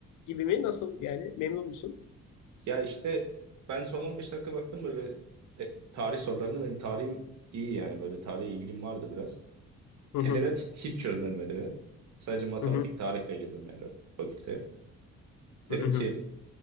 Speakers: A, on the left; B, on the right.
A: gibi mi? Nasıl yani memnun musun?
B: ya işte ben son 15 dakika baktım böyle e, tarih sorularına benim tarihim iyi yani böyle tarihe ilgim vardı biraz.
A: Hı
B: Edebiyat
A: hı.
B: hiç çözmedim edebiyat. Sadece matematik
A: Hı hı.
B: tarihle girdim yani fakülteye.
A: Hı
B: Dedim
A: hı.
B: ki